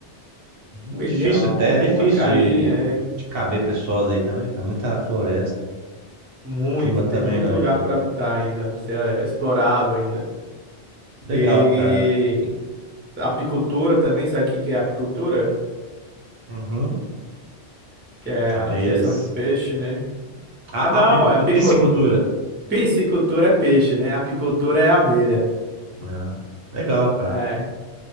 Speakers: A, on the right; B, on the right.
A: um
B: É
A: milhão,
B: difícil até, é difícil
A: uma carinha,
B: de,
A: é
B: de caber pessoas aí também. Tá muita floresta,
A: muito.
B: clima também
A: Tem muito
B: não ajuda.
A: lugar para habitar ainda, ser explorado ainda.
B: Legal,
A: E
B: cara.
A: apicultura também, sabe o que que é apicultura?
B: Uhum.
A: Que é
B: Abelhas.
A: a criação de peixe, né?
B: A
A: Ah, não,
B: apicultura,
A: é apicultura.
B: piscicultura.
A: Piscicultura é peixe, né? Apicultura é abelha.
B: Ah, legal, cara.
A: É,